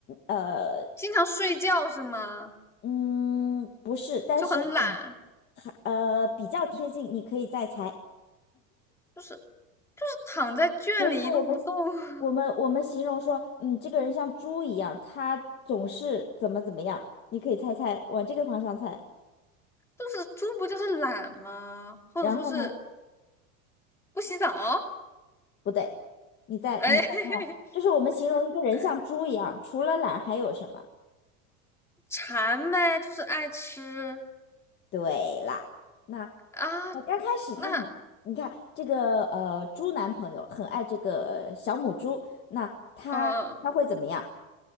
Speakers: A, on the left; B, in the centre.
A: 呃，
B: 经常睡觉是吗？
A: 嗯，不是，但是很，
B: 就很懒，
A: 很呃，比较贴近，你可以再猜。
B: 就是就是躺在圈里一动不动。
A: 比如说，我们
B: <laughs>
A: 我们我们形容说，嗯，这个人像猪一样，他总是怎么怎么样，你可以猜猜，往这个方向猜。
B: 就是猪不就是懒吗？或者说是
A: 然后呢，
B: 不洗澡？
A: 不对，你再你再看，
B: 哎，<laughs>
A: 就是我们形容一个人像猪一样，
B: 哎
A: 除了懒还有什么？
B: 馋呗，就是爱吃
A: 对啦，那
B: 啊。
A: 呃刚开始他很，
B: 那
A: 你看这个呃猪男朋友很爱这个呃小母猪，那他他会怎么样？
B: 呃，